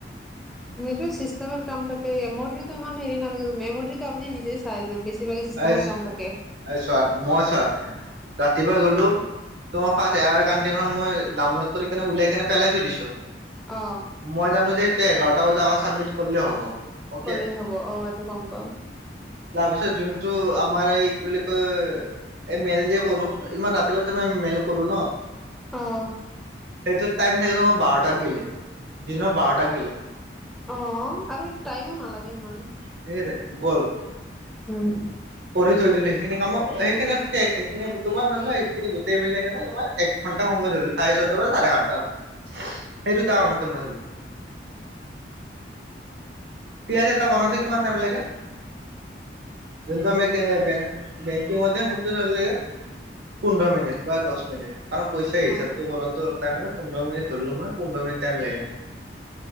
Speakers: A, in the centre; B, on the right.
A: সেইটো চিষ্টেমৰ কাম থাকে মেমৰি টো ইমান হেৰি নথাকে মেমৰি টো আপুনি নিজে চাই। বেছিভাগে চিষ্টেমৰ
B: আ
A: কাম থাকে
B: চোৱা মই চোৱা ৰাতিপুৱা গলো। তোমাৰ ফাচ এয়াৰ কানিখন মই দামল কৰি কেনে উলাই কেনে পেলাই থৈ দিছো।
A: অ
B: মই জানো যে এতিয়া এঘাৰটা বজাৰ আগত চাবমিট কৰিলে হ'ব। অকে
A: কলেই হব অ' এইটো গম পাও।
B: তাৰপিছত যোনটো আমাৰ এই কি বুলি কয় এই মেইল যে কৰো ইমান ৰাতিপুৱা ৰাতি মই মেইল কৰো ন
A: আহ।
B: সেইটো টাইম থাকে তোমাৰ বাৰটাক গেলে দিন বাৰটাক গেলে।
A: অ আৰু এইটো টাইমো নালাগে ইমান।
B: ঠিক আছে গ'ল।
A: উম
B: কৰি থৈ দিলো সেইখিনি কামো সেইখিনি শেষ সেইখিনি তোমাৰ ধৰি লোৱা সেইখিনি গোটেই মিল কেনে তোমাৰ এক ঘণ্টা সময় ধৰিলো চাৰে ছয়টা পৰা চাৰে সাতটা অ সেই দুটা কামতে মই ধৰিলো
A: উম
B: পিয়াঁজ এটা বনাওঁতে কিমান টাইম লাগে যোনটো আমিকে বেং বেংকিংতে সেটো <unintelligible> পোন্ধৰ মিনিট বা দহ মিনিট আৰু পইচা হিচাপটো
A: অ
B: কৰোঁতে টাইম পোন্ধৰ মিনিট ধৰিলো মই পোন্ধৰ মিনিট টাইম লাগে